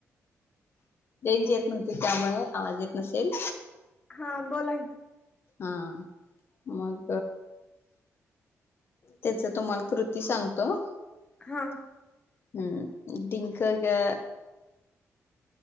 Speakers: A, on the left (about 45°); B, on the left (about 20°).
A: ंज येत नव्हती त्यामु आवाज येत नसेल.
B: हा बोला की
A: हा मग त्याच तुम्हाला कृती सांगतो
B: हा
A: हम्. दिंक का?